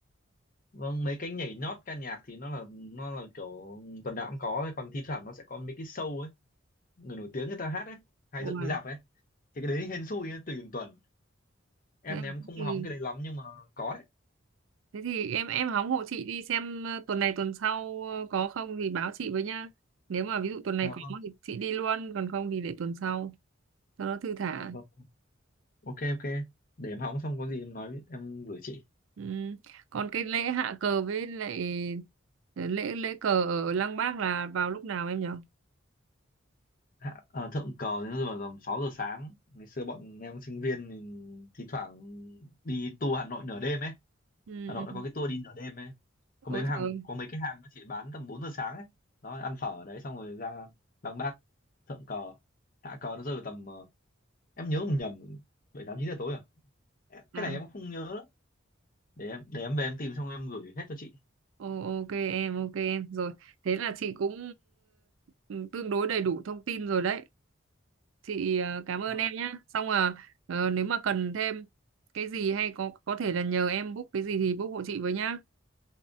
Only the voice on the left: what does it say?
vâng mấy cái nhảy nhót ca nhạc thì nó là nó là kiểu tuần nào cũng có ấy. còn thi thoảng nó sẽ có mấy cái show ấy người nổi tiếng người ta hát ấy hay
dựng cái rạp ấy thì cái đấy hên xui ấy, tùy từng tuần em
thì
em không
hóng cái đấy lắm nhưng mà có đấy
à
vâng
à vâng ok ok để em hóng xong có gì em nói em gửi chị
Hạ- ờ, thượng cờ đến giờ tầm sáu giờ sáng ngày xưa bọn em sinh viên thì thi thoảng đi tour Hà Nội nửa đêm ấy
Hà Nội
nó có cái tour đi nửa đêm ấy có
mấy hàng
có mấy cái hàng nó chỉ bán tầm 4 giờ sáng ấy nó ăn phở ở đấy xong rồi ra Lăng Bác thượng cờ hạ cờ nó rơi vào tầm ờ, em nhớ không nhầm bảy tám chín giờ tối à Em-
cái này em cũng không nhớ nữa. để em để em về em tìm xong em gửi hết cho chị
vâng